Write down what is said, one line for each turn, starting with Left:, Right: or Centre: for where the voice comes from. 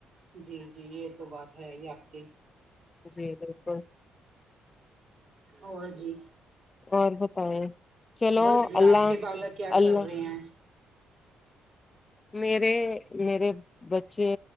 Right: جی جی یہ تو بات ہے یہ آپ کی
Left: جی بالکل
Right: اور جی
Left: اور بتائیں چلو
Right: بس جی
Left: اللہ
Right: آپ کے بالک کیا
Left: اللہ
Right: کر رہے ہیں
Left: میرے میرے بچے